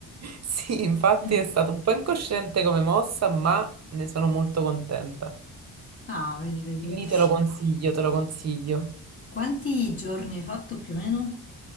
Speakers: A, on the right; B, on the left.
A: Sì, infatti
B: <laughs>
A: è stato un po' incosciente come mossa, ma ne sono molto contenta.
B: Ah, vedi, vedi,
A: Quindi
B: vedi.
A: te lo consiglio, te lo consiglio.
B: Quanti giorni hai fatto più o meno?